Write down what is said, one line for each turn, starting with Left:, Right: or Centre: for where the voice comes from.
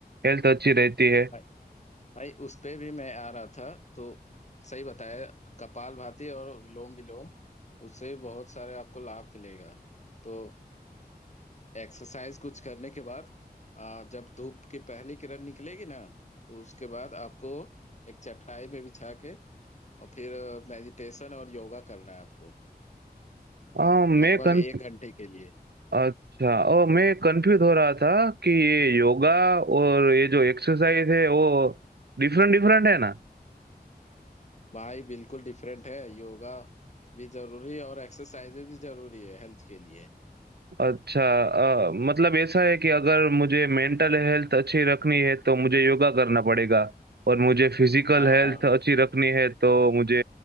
Right: हेल्थ अच्छी रहती है
Left: भाई भाई उस पे भी मैं आ रहा था तो सही बताया कपाल भाती और विलोम विलोम उससे बहुत सारे आपको लाभ मिलेगा तो एक्सरसाइज कुछ करने के बाद अ, जब धूप की पहली किरण निकलेगी ना तो उसके बाद आपको एक चटाई में बिछा के और फिर मेडिटेशन और योगा करना है आपको
Right: अ, मैं
Left: लगभग
Right: कन
Left: एक घंटे के लिए
Right: अच्छा ओ मैं कंफ्यूज हो रहा था कि ये योगा और ये जो एक्सरसाइज है वो डिफरेंट डिफरेंट है ना
Left: भाई बिल्कुल डिफरेंट है योगा भी जरूरी है और एक्सरसाइजेज भी जरूरी है हेल्थ के लिए
Right: अच्छा अ, मतलब ऐसा है कि अगर मुझे मेंटल हेल्थ अच्छी रखनी है तो मुझे योगा करना पड़ेगा और मुझे फिजिकल
Left: हाँ
Right: हेल्थ अच्छी रखनी है तो मुझे